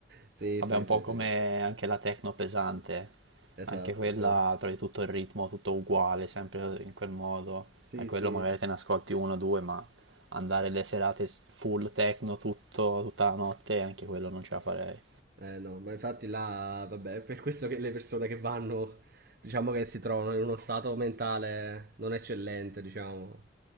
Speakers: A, on the right; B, on the right.
A: Sì,
B: Vabbè,
A: sì,
B: un
A: sì,
B: po' come
A: sì.
B: anche la techno pesante,
A: Esatto,
B: anche quella
A: sì.
B: trovi tutto il ritmo, tutto uguale, sempre in quel modo.
A: Sì,
B: E quello
A: sì.
B: magari te ne ascolti uno o due, ma andare le serate s- full techno tutto, tutta la notte, anche quello non ce la farei.
A: Eh no, ma infatti là, vabbè, è per questo che le persone che vanno, diciamo che si trovano in uno stato mentale non eccellente, diciamo.